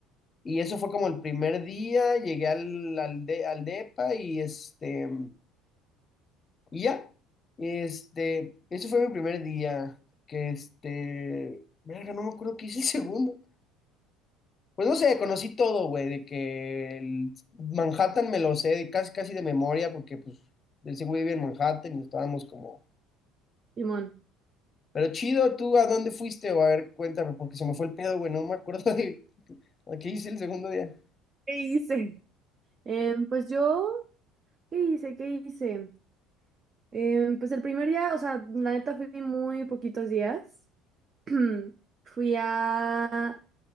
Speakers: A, on the left; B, on the right.
A: Y eso fue como el primer día, llegué al, al, de- al depa y este... Y ya, este, ese fue mi primer día, que este, verga, no me acuerdo qué hice el segundo. Pues no sé, conocí todo, güey, de que el Manhattan me lo sé de casi casi de memoria, porque pues ese güey vive en Manhattan y estábamos como,
B: Simón.
A: pero chido, ¿tú a dónde fuiste? O a ver, cuéntame, porque se me fue el pedo, güey, no me acuerdo de a qué hice el segundo día.
B: ¿Qué hice? Em, pues yo, ¿qué hice? ¿Qué hice? Em, pues el primer día, o sea, la neta fui muy poquitos días. <clears throat> Fui a...